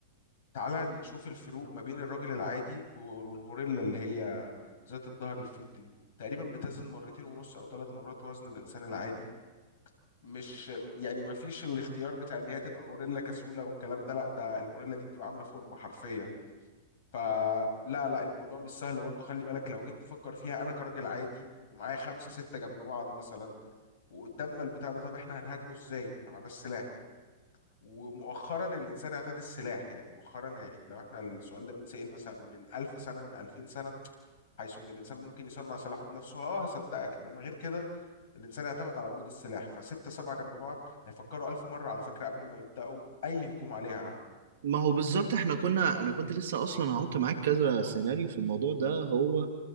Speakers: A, on the left (about 60°); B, on the right (about 70°).
A: تعالى نشوف الفروق ما بين الراجل العادي والغوريلا اللي هي ذات الظهر الفضي دي تقريبا بتزن مرتين ونص او ثلاث مرات وزن الانسان العادي مش يعني ما فيش الاختيار بتاع ان هي تبقى غوريلا كسوله والكلام ده لا ده الغوريلا دي بتبقى عامله فورمه حرفيا فلا لا لا، الموضوع مش سهل برضو خلي بالك لو جيت تفكر فيها انا كراجل عادي ومعايا خمسة ستة جنب بعض مثلا وقدامنا البتاع ده طب احنا هنهاجمه ازاي؟ ما احنا معناش سلاح ومؤخرا الانسان اعتاد السلاح يعني مؤخرا يعني لو احنا السؤال ده بيتسأل مثلا من 1000 سنة من 2000 سنة حيث ان الانسان ممكن يصنع سلاحه بنفسه اه هصدقك انما غير كده الانسان اعتمد على وجود السلاح فستة سبعة جنب بعض هيفكروا 1000 مرة على فكرة قبل ما يبدأوا اي هجوم عليها يا علي
B: ما هو بالظبط احنا كنا انا كنت لسه اصلا هحط معاك كذا سيناريو في الموضوع ده هو